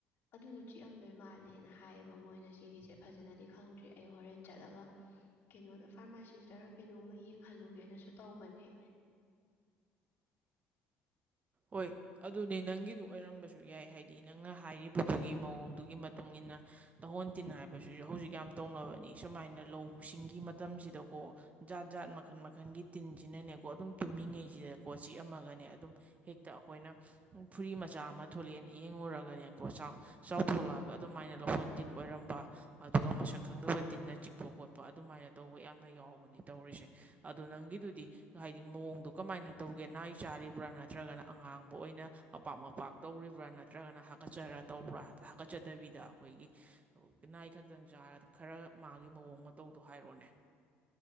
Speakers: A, on the left; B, on the right.
A: ꯑꯗꯨꯗꯣ ꯆꯤꯛꯑꯝꯗꯣꯏ ꯃꯥꯜ ꯃꯥꯥꯜꯂꯦꯅ ꯍꯥꯏꯌꯦꯕ ꯃꯣꯏꯅ ꯁꯤꯒꯤꯁꯦ ꯁꯦ ꯐꯖꯅꯗꯤ ꯈꯪꯗ꯭ꯔꯤ ꯑꯩ ꯍꯣꯔꯦꯟ ꯆꯠꯂꯒ ꯀꯩꯅꯣꯗ ꯐꯥꯔꯃꯥꯁꯤꯁꯇꯔ ꯀꯩꯅꯣꯝꯃ ꯌꯦꯡꯍꯜꯂꯨꯒꯦꯅ ꯇꯅꯦ
B: ꯍꯣꯏ ꯑꯗꯨꯅꯤ ꯅꯪꯒꯤꯗꯨ ꯑꯣꯏꯔꯝꯕꯁꯨ ꯌꯥꯏ ꯍꯥꯏꯗꯤ ꯅꯪꯅ ꯍꯥꯏꯔꯤꯕꯗꯨꯒꯤ ꯃꯑꯣꯡꯗꯨꯒꯤ ꯃꯇꯨꯡ ꯏꯟꯅ ꯂꯍꯣꯟ ꯇꯤꯟ ꯍꯥꯏꯕꯁꯤꯁꯨ ꯍꯧꯖꯤꯛ ꯌꯥꯝ ꯇꯧꯅꯕꯅꯤ ꯁꯨꯃꯥꯏꯅ ꯂꯧꯁꯤꯡꯒꯤ ꯃꯇꯝꯁꯤꯗꯀꯣ ꯖꯥꯠ ꯖꯥꯠ ꯃꯈꯜ ꯃꯈꯜꯒꯤ ꯇꯤꯟꯁꯤꯅꯅꯦꯀꯣ ꯑꯗꯨꯝ ꯇꯨꯝꯃꯤꯉꯩꯁꯤꯗꯀꯣ ꯆꯤꯛꯑ ꯑꯃꯒꯅꯦ ꯑꯗꯨꯝ ꯍꯦꯛꯇ ꯑꯩꯈꯣꯏꯅ ꯐꯨꯔꯤ ꯃꯆꯥ ꯑꯃ ꯊꯣꯛꯂꯛꯑꯦꯅ ꯌꯦꯡꯉꯨꯔꯒꯅꯦꯀꯣ ꯆꯥꯎ ꯊꯣꯛꯣꯂꯛꯑꯒ ꯑꯗꯨꯝꯥꯏꯅ ꯍꯥꯏꯅ ꯂꯧꯍꯣꯟ ꯇꯤꯟ ꯑꯣꯏꯔꯝꯕ ꯑꯗꯨꯒ ꯃꯁꯛ ꯈꯪꯗꯕ ꯇꯤꯟꯅ ꯆꯤꯛꯄ ꯈꯣꯠꯄ ꯑꯗꯨꯃꯥꯏꯅ ꯇꯧꯕ ꯌꯥꯝꯅ ꯌꯥꯎꯕ ꯐꯣꯟꯅꯤ ꯇꯧꯔꯤꯁꯦ ꯑꯗꯣ ꯅꯪꯒꯤꯗꯨꯗꯤ ꯍꯥꯏꯗꯤ ꯃꯑꯣꯡꯗꯣ ꯀꯃꯥꯏꯅ ꯇꯧꯒꯦ ꯅꯥꯏ ꯆꯥꯔꯤꯕ꯭ꯔꯥꯅ ꯅꯠꯇ꯭ꯔꯒꯅ ꯑꯉꯥꯡꯕ ꯑꯣꯏꯅ ꯃꯄꯥꯛ ꯃꯄꯥꯛ ꯇꯧꯔꯤꯕ꯭ꯔꯥ ꯅꯠꯇ꯭ꯔꯒꯅ ꯍꯥꯀꯠꯆꯔ ꯇꯧꯕ꯭ꯔꯥ ꯍꯥꯀꯠꯆꯗꯕꯤ ꯁꯤꯗ ꯑꯩꯈꯣꯏꯒꯤꯅꯥꯏ ꯈꯛꯇꯪ ꯆꯥꯔꯒ ꯈꯔ ꯃꯥꯒꯤ ꯃꯑꯣꯡ ꯃꯇꯧꯗꯣ ꯍꯥꯏꯔꯛꯑꯣꯅꯦ